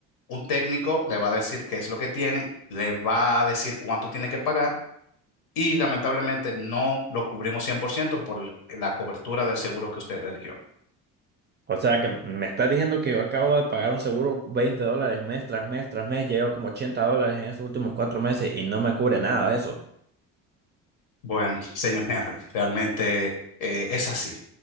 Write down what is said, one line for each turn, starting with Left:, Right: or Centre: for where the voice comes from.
Left: un técnico le va a decir qué es lo que tiene, le va a decir cuánto tiene que pagar. Y lamentablemente no lo cubrimos 100% por la cobertura del seguro que usted eligió.
Right: O sea, que me estás diciendo que yo acabo de pagar un seguro 20 dólares mes tras mes tras mes, ya llevo como 80 dólares en esos últimos cuatro meses y no me cubre nada de eso.
Left: Bueno, <laughs> señor Henry, realmente eh, es así.